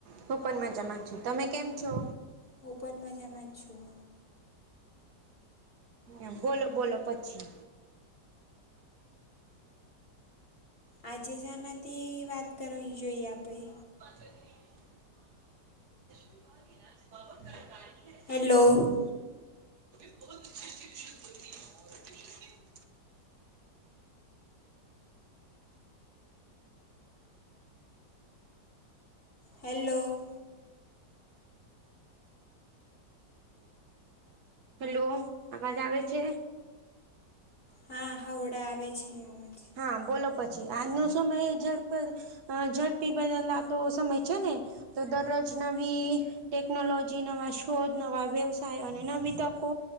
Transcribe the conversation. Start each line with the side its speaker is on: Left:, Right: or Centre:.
Right: હું પણ મજામાં છું, તમે કેમ છો.
Left: હું પણ મજામાં જ છું
Right: એ બોલો બોલો પછી
Left: આજે છે જેનાથી વાત કરવી જોઈએ આપણે
Right: <unintelligible> <inaudible> <unintelligible>
Left: હેલો,
Right: <unintelligible>
Left: હેલ્લો,
Right: હેલો આવાજ આવે છે
Left: હા હા ઓડા આવે છે, આવે છે.
Right: હા બોલો પછી આજનો સમય ઝડપે અ ઝડપી બદલલા તો સમય છે, નેતો દરરોજ નવી ટેકનોલોજી જે નવા શોધ નવા વ્યવસાય અને નવી તકો